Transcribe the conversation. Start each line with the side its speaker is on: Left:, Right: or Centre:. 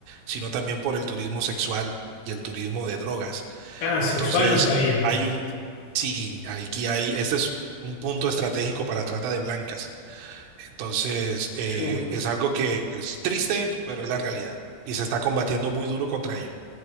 Right: sino también por el turismo sexual y el turismo de drogas.
Left: Ah, sexual
Right: Entonces,
Left: no sabía.
Right: hay un, sí, aquí hay, este es un punto estratégico para trata de blancas. Entonces, eh,
Left: Uf,
Right: es algo que es triste, pero es la realidad. Y se está combatiendo muy duro contra ello.